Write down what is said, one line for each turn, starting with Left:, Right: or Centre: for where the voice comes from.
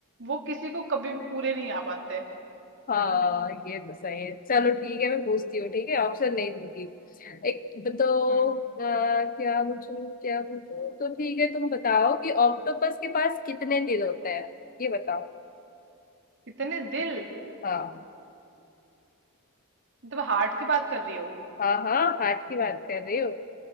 Right: वो किसी को कभी भी पूरे नहीं आ पाते
Left: हाँ
Right: है ना
Left: ये तो सही है चलो ठीक है मैं पूछती हूँ ठीक है
Right: हम्म
Left: ऑप्शन नहीं दूंगी एक तो
Right: हम्म
Left: आ, क्या पूछूं क्या पूछूं तो ठीक है तुम बताओ कि ऑक्टोपस के पास कितने दिल होते हैं ये बताओ
Right: कितने दिल
Left: हाँ
Right: मतलब हार्ट की बात कर रही हो
Left: हाँ हाँ हार्ट की बात कर रही हो